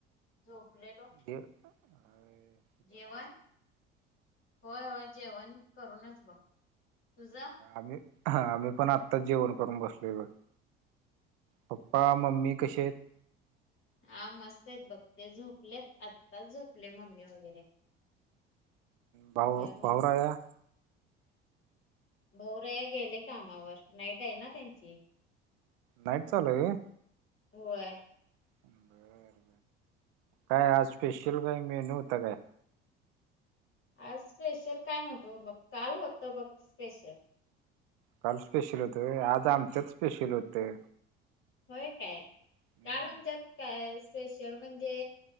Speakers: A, on the left; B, on the right.
A: झोपलेलो
B: <unintelligible> हाय
A: जेवण होय होय जेवण करूनच बघ तुझं
B: आम्ही हा आम्ही पण आत्ताच जेवण करून बसलेलोय पप्पा मम्मी कसे आहेत
A: हा मस्त आहेत बघ ते झोपलेत आत्ताच झोपले मम्मी वगैरे
B: भाऊ
A: होय मम
B: भाऊराया
A: भाऊराया गेले कामावर नाईट आहे ना त्यांची
B: नाईट चालूय व्हय
A: होय.
B: बर काय आज स्पेशल काय मेनू होता काय?
A: आज स्पेशल काय नव्हतं बघ काल होतं बघ स्पेशल
B: काल स्पेशल होतं होय आज आमच्यात स्पेशल होतं
A: होय काय
B: हम्म
A: काल आमच्यात काय स्पेशल म्हणजे